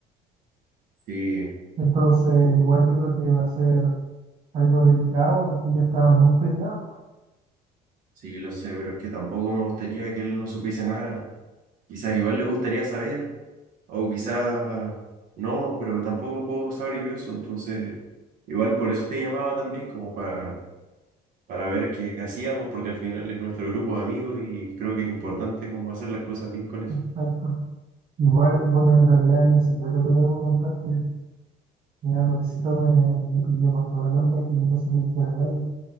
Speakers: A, on the right; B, on the right.
A: Sí,
B: Entonces, igual yo creo que va a ser. algo delicado porque ellos estaban muy peleados.
A: sí, lo sé, pero es que tampoco me gustaría que él no supiese nada. Quizás igual le gustaría saber, o quizás no, pero tampoco puedo saber yo eso. Entonces, igual por eso te llamaba también, como para para ver qué, qué hacíamos, porque al final es nuestro grupo de amigos y creo que es importante como hacer las cosas bien con eso.
B: Exacto. Igual, bueno, en realidad hay un secreto que debo contar que mi amorcito me, me pidió con todo el alma que yo no se lo dijera a nadie.